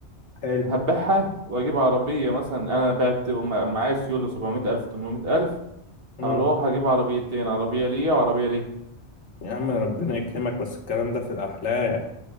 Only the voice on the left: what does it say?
حلو
مم.
يا عم ربنا يكرمك بس الكلام ده في الأحلام